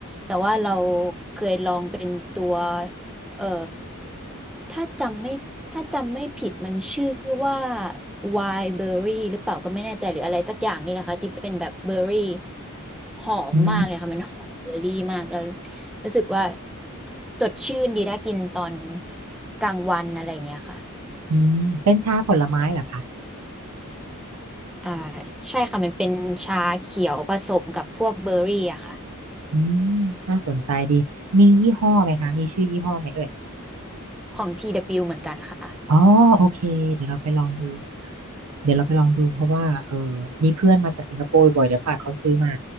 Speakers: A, in the centre; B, on the right (about 90°).
A: แต่ว่าเราเคยลองเป็นตัวเอ่อถ้าจำไม่ถ้าจำไม่ผิดมันชื่อว่าไวน์เบอร์รี่หรือเปล่าก็ไม่แน่ใจหรืออะไรสักอย่างนี่แหละค่ะที่เป็นแบบเบอร์รี่หอมมากเลยค่ะมันหอมเบอร์รี่มากแล้ว
B: อืม
A: รู้สึกว่าสดชื่นดีถ้ากินตอนกลางวันอะไรอย่างเงี้ยค่ะ
B: อืมเป็นชาผลไม้เหรอคะ
A: อ่าใช่ค่ะมันเป็นชาเขียวผสมกับพวกเบอร์รี่อะค่ะ
B: อืมน่าสนใจดีมียี่ห้อไหมคะมีชื่อยี่ห้อไหมเอ่ย
A: ของท TW เบิลยูเหมือนกันค่ะ
B: อ๋อโอเคเดี๋ยวเราไปลองดูเดี๋ยวเราไปลองดูเพราะว่าเออมีเพื่อนมาจากสิงคโปร์บ่อยเดี๋ยวฝากเขาซื้อมา